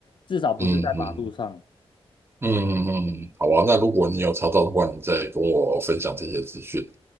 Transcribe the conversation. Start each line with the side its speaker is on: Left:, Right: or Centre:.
Left: 至少不是在马路上。
Right: 嗯嗯嗯嗯嗯，好啊。那如果你有查到的话，你再跟我分享这些资讯。